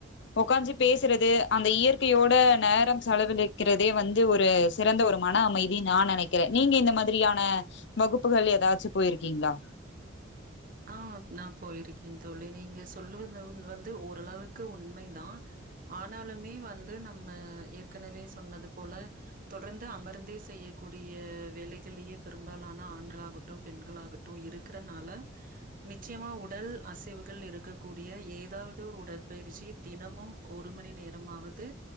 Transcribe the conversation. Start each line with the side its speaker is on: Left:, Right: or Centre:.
Left: உக்காஞ்சி பேசுறது அந்த இயற்கையோட நேரம் செலவழிக்கிறதே வந்து ஒரு சிறந்த ஒரு மன அமைதி நா நெனக்குறே நீங்க இந்த மாதிரியான வகுப்புகள் ஏதாச்சு போயிருக்கீங்ளா
Right: ஆ நா போயிருக்கே தோழி நீங்க சொல்லுவது வந்து ஓரளவுக்கு உண்மைதா ஆனாலுமே வந்து நம் ஏற்கனவே சொன்னது போல தொடர்ந்து அமர்ந்தே செய்யக்கூடிய வேலைகளியே பெரும்பாலான ஆண்களாகட்டு பெண்களாகட்டு இருக்கிறனால நிச்சயமா உடல் அசைவுகள் இருக்கக்கூடிய ஏதாவது ஒரு உடற்பயிற்சி தினமும் ஒரு மணி நேரமாவது